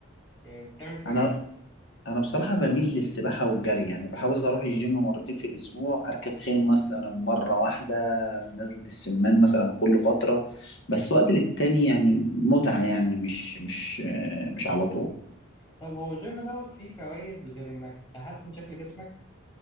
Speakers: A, on the left; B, on the left.
A: يعني بتعمل فيها
B: أنا
A: إيه؟
B: انا بصراحه بميل للسباحه والجري يعني بحاول اروح الجيم مرتين في الاسبوع اركب خيل مثلا مره واحده في نزله السمان مثلا كل فتره بس وقت للتاني يعني متعه يعني مش مش مش على طول
A: طب هو الجيم دوت فيه فوائد غير إنك تحسن شكل جسمك